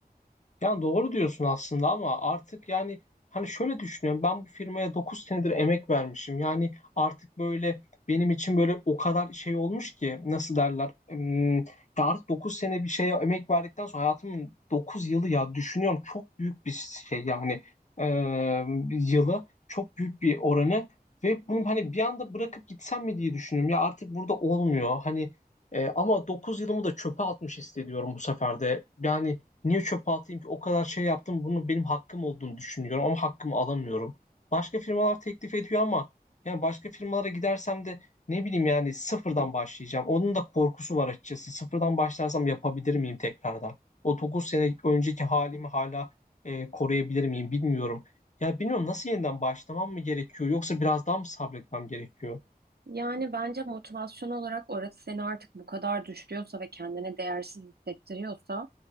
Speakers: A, on the left; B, on the right.
A: Yani doğru diyorsun aslında ama artık yani hani şöyle düşünüyorum ben bu firmaya 9 senedir emek vermişim. Yani artık böyle benim için böyle o kadar şey olmuş ki nasıl derler Hmm, ya artık 9 sene bir şeye emek verdikten sonra hayatımın 9 yılı ya düşünüyorum çok büyük bir şey yani Ee, yılı çok büyük bir oranı ve bunu hani bir anda bırakıp gitsem mi diye düşünüyorum ya artık burada olmuyor hani e, ama 9 yılımı da çöpe atmış hissediyorum bu sefer de yani Niye çöpe atayım ki? O kadar şey yaptım. Bunu benim hakkım olduğunu düşünüyorum ama hakkımı alamıyorum. Başka firmalar teklif ediyor ama yani başka firmalara gidersem de ne bileyim yani sıfırdan başlayacağım. Onun da korkusu var açıkçası. Sıfırdan başlarsam yapabilir miyim tekrardan? O 9 sene önceki halimi hala e, koruyabilir miyim bilmiyorum. Ya bilmiyorum nasıl yeniden başlamam mı gerekiyor yoksa biraz daha mı sabretmem gerekiyor?
B: Yani bence motivasyon olarak orası seni artık bu kadar düşürüyorsa ve kendine değersiz hissettiriyorsa